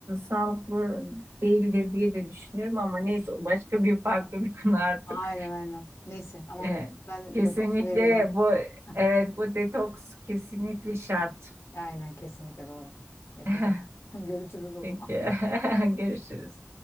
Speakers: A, on the right (about 75°); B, on the left (about 70°).
A: sağlıklı değildir diye de düşünüyorum ama neyse o başka bir farklı bir konu artık.
B: Aynen aynen. Neyse ama
A: Ee,
B: ben
A: kesinlikle
B: detoksu vereceğim.
A: bu
B: <laughs>
A: evet bu detoks kesinlikle şart.
B: Aynen kesinlikle doğru. Yapacağım.
A: <laughs>
B: <laughs> Görüşürüz o
A: Peki
B: zaman.
A: <laughs> görüşürüz.